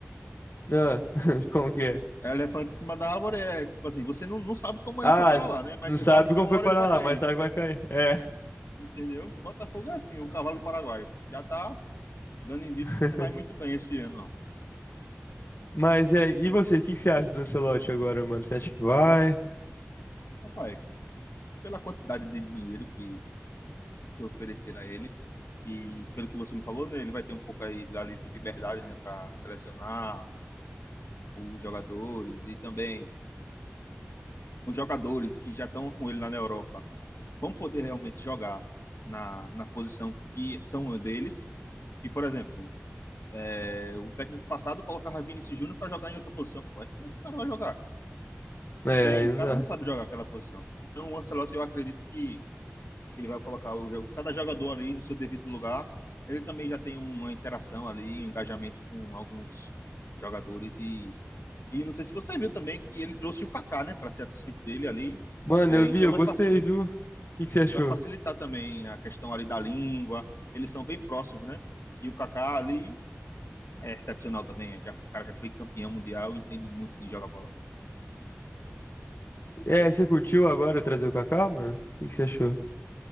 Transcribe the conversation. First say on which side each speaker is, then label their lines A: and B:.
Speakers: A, on the left; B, on the left.
A: Ah, <laughs> como que é?
B: É, Elefante em cima da árvore é, tipo assim, você não, não sabe como ele
A: Ah,
B: foi para
A: s-
B: lá, né? Mas
A: não
B: você
A: sabe
B: sabe que
A: como
B: uma
A: foi
B: hora
A: parar
B: ele vai cair,
A: lá, mas sabe que vai cair. É.
B: entendeu? Botafogo é assim, o cavalo paraguaio. Já tá dando indício
A: <laughs>
B: que não vai muito bem esse ano, não.
A: Mas é, e você, o que que você acha do Ancelotti agora, mano? Você acha que vai?
B: Rapaz, pela quantidade de dinheiro que que oferecer a ele. E pelo que você me falou, né, ele vai ter um pouco aí ali de liberdade, né, para selecionar os jogadores e também os jogadores que já estão com ele lá na Europa vão poder realmente jogar na, na posição que são deles. Que, por exemplo, é, o técnico passado colocava Vinícius Júnior para jogar em outra posição. Pô, como é que o cara vai jogar? Não
A: É,
B: tem,
A: aí
B: o
A: não
B: cara
A: dá.
B: não sabe jogar aquela posição. Então, o Ancelotti, eu acredito que ele vai colocar o, cada jogador ali no seu devido lugar. Ele também já tem uma interação ali, um engajamento com alguns jogadores e e não sei se você viu também que ele trouxe o Kaká, né, para ser assistente dele ali.
A: Mano,
B: É,
A: eu
B: então
A: vi, eu
B: vai,
A: gostei,
B: faci
A: viu? O que que você achou?
B: vai facilitar também a questão ali da língua. Eles são bem próximos, né? E o Kaká ali é excepcional também. Já, foi- o cara já foi campeão mundial, entende muito de jogar bola.
A: É, você curtiu agora eu trazer o Kaká, mano? O que que você achou?